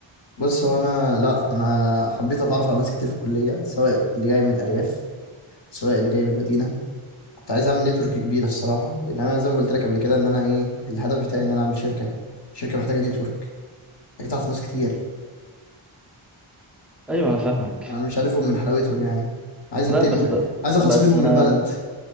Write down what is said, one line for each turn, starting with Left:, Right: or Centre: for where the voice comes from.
Left: بص هو انا لا انا حبيت اتعرف على ناس كتير في الكليه سواء اللي جاي من الارياف سواء اللي جاي من المدينه كنت عايز اعمل نتورك كبيره الصراحه لان انا زي ما قلت لك قبل كده ان انا ايه الهدف بتاعي ان انا اعمل شركه شركه محتاجه نتورك محتاجه تعرف ناس كتير
Centre: ايوه انا فاهمك
Left: انا مش عارفهم من حلاوتهم يعني عايز اتم
Centre: لا بس
Left: عايز اخلص
Centre: بس
Left: منهم
Centre: انا
Left: من البلد